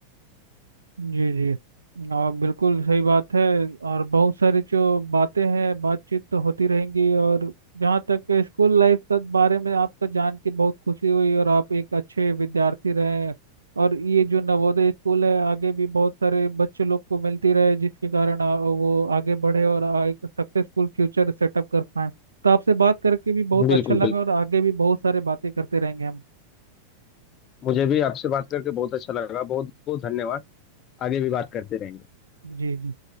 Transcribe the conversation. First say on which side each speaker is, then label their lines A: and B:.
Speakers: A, on the right; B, on the left.
A: जी जी और बिल्कुल सही बात है और बहुत सारी जो बातें हैं बातचीत तो होती रहेंगी और जहाँ तक स्कूल लाइफ के बारे में आपका जान के बहुत खुशी हुई और आप एक अच्छे विद्यार्थी रहे और ये जो नवोदय स्कूल है आगे भी बहुत सारे बच्चे लोग को मिलती रहे जिसके कारण आ, वो आगे बढ़े और आ, एक सक्सेसफुल फ्यूचर सेटअप कर पाए तो आपसे बात करके भी बहुत
B: बिल्कुल
A: अच्छा लगा
B: बिल्कुल
A: और आगे भी बहुत सारे बातें करते रहेंगे हम
B: मुझे भी आपसे बात करके बहुत अच्छा लगा बहुत बहुत धन्यवाद आगे भी बात करते रहेंगे
A: जी जी